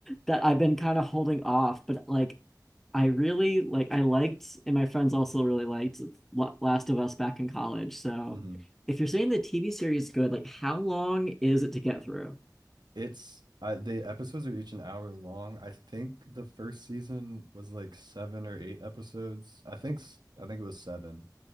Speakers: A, in the centre; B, on the right.
A: that I've been kind of holding off. But like, I really like, I liked, and my friends also really liked La- Last of Us back in college. So
B: hmm
A: if you're saying the TV series is good, like, how long is it to get through?
B: It's I the episodes are each an hour long. I think the first season was like seven or eight episodes. I think s- I think it was seven.